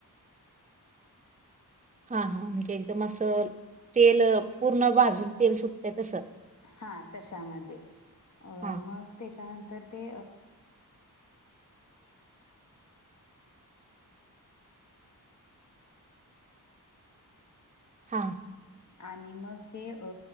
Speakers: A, on the right; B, on the left.
A: हा हा म्हणजे एकदम असं ते तसं
B: हा तशामध्ये अगं
A: हां
B: तर ते
A: हा
B: आणि मग ते अ